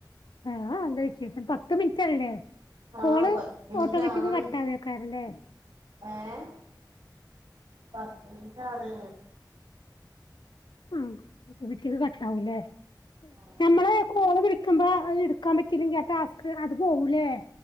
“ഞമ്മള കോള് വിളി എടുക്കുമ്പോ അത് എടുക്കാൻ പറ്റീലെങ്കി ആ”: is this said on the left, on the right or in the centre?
Left